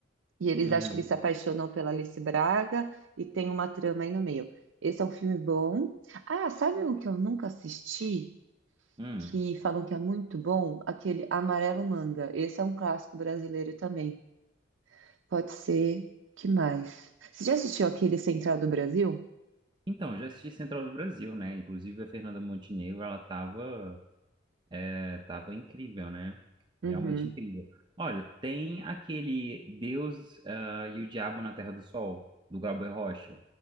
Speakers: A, on the right (about 80°); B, on the right (about 25°).
A: e eles
B: uhum,
A: acham que eles se apaixonam pela Alice Braga, e tem uma trama aí no meio. Esse é um filme bom. Ah, sabe um que eu nunca assisti,
B: hum.
A: que falam que é muito bom? Aquele Amarelo Manga. Esse é um clássico brasileiro também. Pode ser. Que mais? Você já assistiu aquele Central do Brasil?
B: Então, já assisti Central do Brasil, né? Inclusive a Fernanda Montenegro, ela tava, é, tava incrível, né? Realmente
A: Uhum.
B: incrível. Olha, tem aquele Deus, ah, e o Diabo na Terra do Sol, do Glauber Rocha.